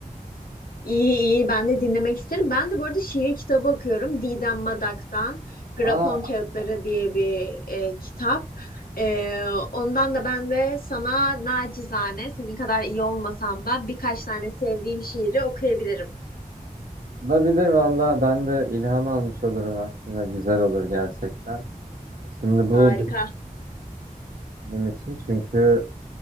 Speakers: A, on the left; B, on the right.
A: iyi iyi ben de dinlemek isterim. Ben de bu arada şiir kitabı okuyorum. Didem Madak'tan Grapon
B: Aa,
A: Kağıtları diye bir e, kitap. E, ondan da ben de sana nacizane senin kadar iyi olmasam da birkaç tane sevdiğim şiiri okuyabilirim.
B: olabilir valla. Ben de ilham almış olurum aslında. Güzel olur gerçekten. Şimdi bu
A: Harika.
B: benim için çünkü